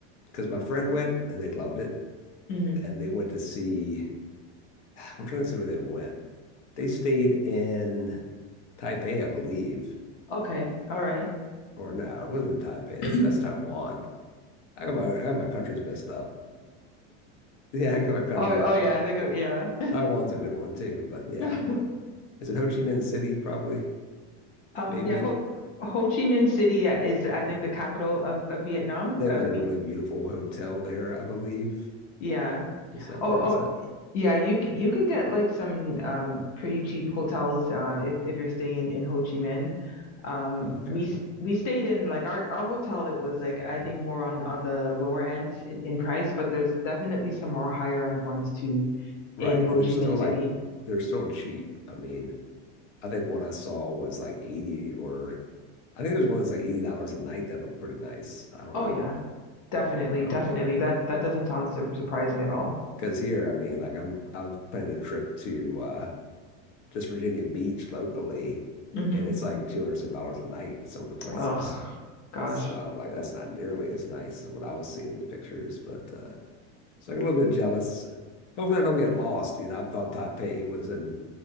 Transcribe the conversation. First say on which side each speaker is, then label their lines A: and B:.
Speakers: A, on the left; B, on the left.
A: because my friend went and they loved it,
B: hmm
A: and they went to see. I'm trying to see where they went. They stayed in Taipei, I believe,
B: Okay. All right.
A: or no, it wasn't in Taipei. That's
B: <clears throat>
A: that's Taiwan. How come my, how come my country's messed up? <laughs> Yeah, how come my country's
B: Oh, oh
A: messed
B: yeah,
A: up?
B: I think yeah.
A: Taiwan's a good one too, but yeah.
B: <laughs>
A: Is it Ho Chi Minh City? Probably.
B: Um
A: Maybe.
B: yeah, Ho, Ho Chi Minh City is I think the capital of, of Vietnam.
A: They have
B: Uh,
A: like a
B: we
A: really beautiful hotel there, I believe.
B: yeah.
A: Is that
B: Oh,
A: where it's
B: oh
A: at?
B: Yeah, you c- you could get like some um, pretty cheap hotels uh, if if you're staying in, in Ho Chi Minh. Um,
A: Okay.
B: we s- we stayed in like our our hotel. It was like I think more on on the lower end in, in price, but there's definitely some more higher end ones too in
A: Right.
B: Ho
A: And
B: Chi
A: they're still
B: Minh
A: like,
B: City.
A: they're still cheap. I mean, I think one I saw was like 80 or I think there's one that's like $80 a night that looked pretty nice. I don't
B: Oh
A: know.
B: yeah, definitely,
A: Oh,
B: definitely.
A: but
B: That that doesn't sound sur surprising at all.
A: because here, I mean, like I'm I've planned a trip to uh just Virginia Beach locally,
B: Mm-hmm.
A: and it's like two hundred some dollars a night in some of the places.
B: Ugh, gosh.
A: So I'm like, that's not nearly as nice as what I was seeing in the pictures. But uh, so I get a little bit jealous. Hopefully, I don't get lost. You know, I thought Taipei was in